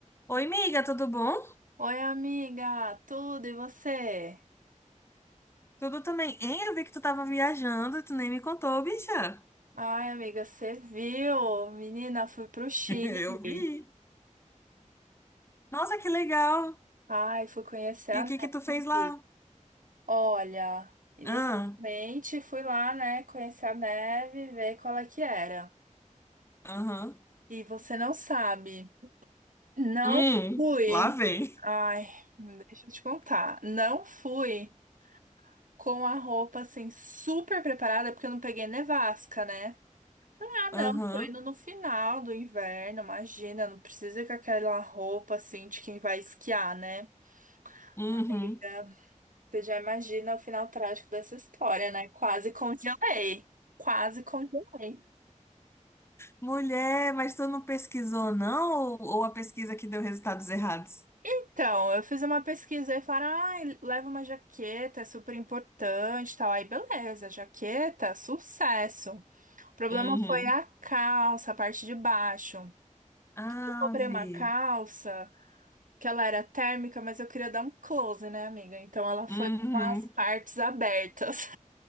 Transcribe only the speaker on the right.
Oi, amiga, tudo e você?
Ai, amiga, você viu? Menina, fui pro Chile.
Ai, fui conhecer a
neve.
Olha, inicialmente
fui lá, né, conhecer a neve, ver qual é que era.
E você não sabe, não
fui.
Ai, deixa eu te contar. Não fui com a roupa assim super preparada, porque eu não peguei nevasca, né? Ah,
não, tô indo no final do inverno, imagina, não precisa ir com aquela roupa assim de quem vai esquiar, né?
Amiga, Você já imagina o final trágico dessa história, né? Quase congelei. Quase congelei.
Então, eu fiz uma pesquisa e falaram: ai, leva uma jaqueta, é super importante, e tal. Aí, beleza, jaqueta, sucesso. O problema
foi a calça, a parte de baixo.
Eu comprei uma calça. que ela era térmica, mas eu queria dar um close, né, amiga? Então ela foi
com as partes abertas.